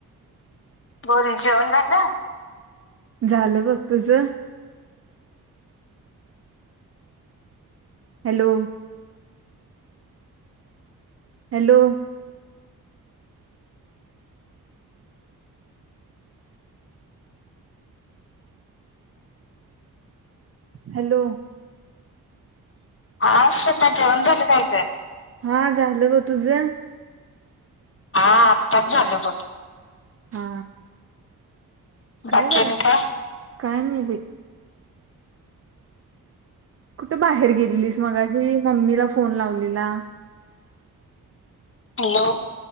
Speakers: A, on the left; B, on the right.
A: बोल जेवण झालं
B: झालं बघ तुझ हॅलो हॅलो हॅलो
A: हा श्रद्धा जेवन झाल काय
B: हा झालं बघ तुझं
A: हा आत्ताच झाल बघ
B: हा काय
A: बाकी
B: कराल्यास
A: आणि काय
B: काही नाहीे कुठं बाहेर गेलेलीस मगाशी मम्मीला फोन लावलेला.
A: हॅलो.